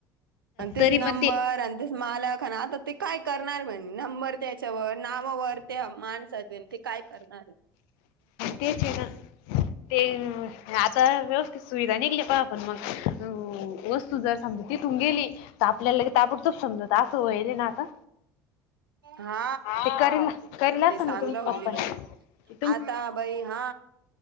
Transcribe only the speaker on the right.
आणि तेच
नंबर
आणि ते मालक आता ते काय करणार म्हणे नंबर त्याच्यावर नावावर ते माणसात ते काय करणार?
हा
ते चांगलं
होईल
बाई आता बाई हा.